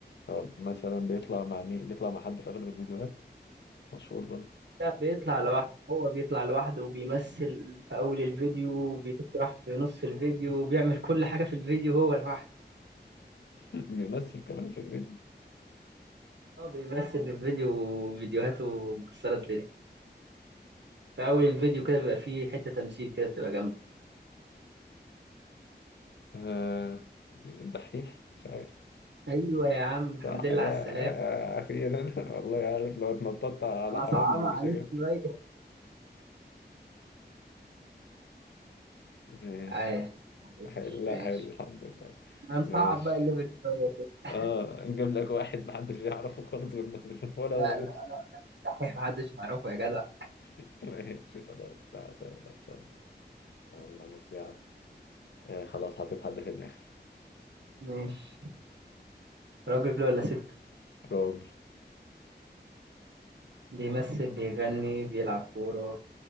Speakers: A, on the left (about 75°); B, on the right (about 85°).
A: طب مثلا بيطلع مع مين بيطلع مع حد في أغلب الفيديوهات مشهور برضه
B: ده بيطلع لوحده هو بيطلع لوحده وبيمثل في اول الفيديو وبيشرح في نص الفيديو وبيعمل كل حاجة في الفيديو هو لوحده
A: <laughs> بيمثل كمان في الفيديو
B: اه بيمثل في الفيديو فيديوهاته مكسرة الدنيا في اول الفيديو كده بيبقى فيه حته تمثيل كده بتبقى جامده
A: آه الدحيح مش عارف
B: ايوه يا عم
A: صح
B: الحمد لله
A: يا
B: على السلامه
A: آه أخيرا <laughs> والله عارف لو اتنططت على
B: انا
A: حواجبي
B: صعبها
A: مش
B: عليك
A: هجيب
B: شويه
A: ماشي
B: عايش عايش
A: حلو لا
B: ماشي
A: حلو الحمد لله
B: ما نصعب
A: ماشي
B: بقى الليفل شويه كده
A: اه نجيب لك واحد محدش يعرفه خالص غير <laughs> غير ولا هو
B: لا لا
A: نفسه
B: لا لا الدحيح محدش يعرفه يا جدع
A: <laughs> ماشي خلاص بقى سهل إن شاء الله يلا بص يا عم آه خلاص حطيت حد في دماغي
B: ماشي راجل ولا ست
A: راجل
B: بيمثل بيغني بيلعب كورة